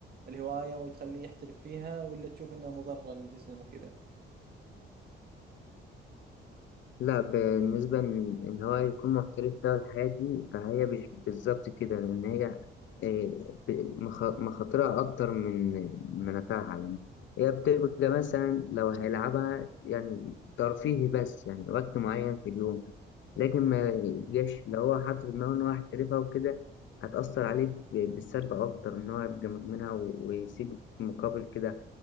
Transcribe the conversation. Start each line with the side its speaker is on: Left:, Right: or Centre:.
Right: الهواية وتخليه يحترف فيها ولا تشوف أنها مضرة للجسم وكذا
Left: لا بالنسبة ان إن هو يكون محترف فيها الحياة دي فهي مش بالظبط كده لان هي إيه، ب- مخ- مخاطرها اكتر من منافعها يعني هي بتبقى مثلا لو هيلعبها يعني ترفيهي بس يعني وقت معين في اليوم لكن ما يبقاش لو هو حاطط في دماغه ان هو هيحترفها وكده هتأثر عليه ب- بالسلب أكتر إن هو يبقى مدمنها و- ويسيب مقابل كده